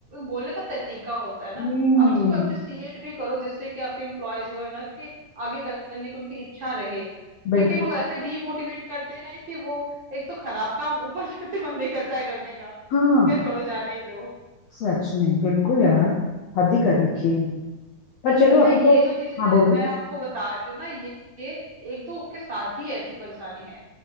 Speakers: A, on the right; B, on the left.
A: बोलने का तरीका होता है ना
B: हम्म
A: आप उसको अप्रिसिएट भी करो जिससे कि आपके एम्प्लॉय जो है ना कि आगे करने की उनकी इच्छा रहे
B: बिल्कुल
A: लेकिन वो ऐसे डीमोटिवेट करते हैं कि वो एक तो खराब काम ऊपर से फिर मन नहीं करता है करने का तो
B: हाँ
A: क्या छोड़ो जाने ही दो
B: सच में बिल्कुल यार हद ही कर रखी है पर चलो
A: अच्छा
B: अभी
A: ये
B: तो
A: जो चीजें
B: हाँ
A: मैंने
B: बोलो
A: मैं आपको बता रही हूँ ना ये, ये एक दो के साथ ही ऐसी परेशानी है